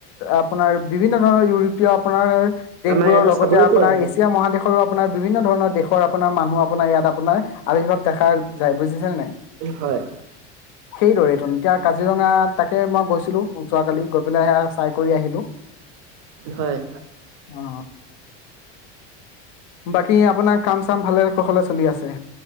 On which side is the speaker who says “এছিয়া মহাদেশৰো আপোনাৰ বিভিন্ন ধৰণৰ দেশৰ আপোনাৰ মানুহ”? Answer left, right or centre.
Left